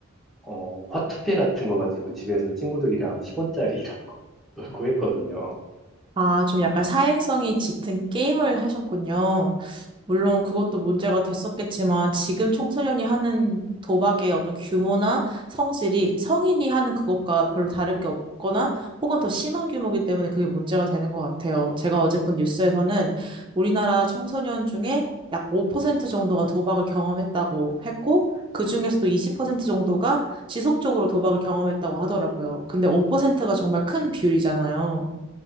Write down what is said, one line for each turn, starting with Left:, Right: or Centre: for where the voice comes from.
Centre: 어, 화투패 같은 거 가지고 집에서 친구들이랑 10원짜리 이런 거 <laughs> 놀고 했거든요.
Right: 아, 좀 약간 사행성이 짙은 게임을 하셨군요. 물론 그것도 문제가 됐었겠지만 지금 청소년이 하는 도박의 어떤 규모나 성질이 성인이 하는 그것과 별로 다를 게 없거나 혹은 더 심한 규모이기 때문에 그게 문제가 되는 것 같아요. 제가 어제 본 뉴스에서는 우리나라 청소년 중에 약 5% 정도가 도박을 경험했다고 했고 그중에서도 20% 정도가 지속적으로 도박을 경험했다고 하더라고요. 근데 5%가 정말 큰 비율이잖아요.